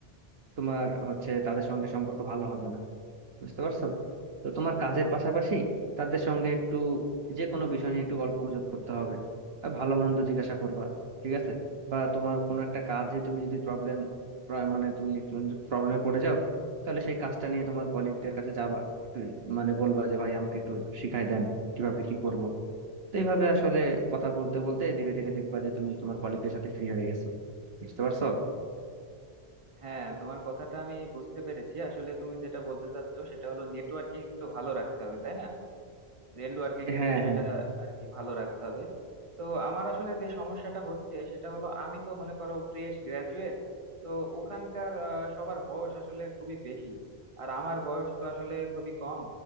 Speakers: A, on the right (about 70°); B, on the right (about 30°).
A: তোমার হচ্ছে তাদের সঙ্গে সম্পর্ক ভালো হবে না বুঝতে পারছো তো তোমার কাজের পাশাপাশি তাদের সঙ্গে একটু যে কোনো বিষয় নিয়ে একটু গল্প গুজব করতে হবে আর ভালো মন্দ জিজ্ঞাসা করবা ঠিক আছে বা তোমার কোনো একটা কাজে তুমি যদি প্রবলেম মানে তুমি একটু প্রবলেমে পড়ে যাও তাহলে সেই কাজটা নিয়ে তোমার কলিগদের কাছে যাবা একটু মানে বলবা যে ভাই আমাকে একটু শিখাই দেন কিভাবে কি করব তো এইভাবে আসলে কথা বলতে বলতে ধীরে ধীরে দেখবা যে তুমি তোমার কলিগদের সাথে ফ্রি হয়ে গেছো বুঝতে পারছো
B: হ্যাঁ তোমার কথাটা আমি বুঝতে পেরেছি আসলে তুমি যেটা বলতে চাচ্ছ সেটা হলো নেটওয়ার্কিং একটু ভালো রাখতে হবে তাই না নেট ওয়ার্কিং এর
A: হ্যাঁ
B: বিষয়টা
A: হ্যাঁ
B: আর কি ভালো রাখতে হবে তো আমার আসলে যে সমস্যাটা হচ্ছে সেটা হলো আমি তো মনে করো ফ্রেশ গ্রাজুয়েট তো ওখানকার আহ, সবার বয়স আসলে খুবই বেশি আর আমার বয়স তো আসলে খুবই কম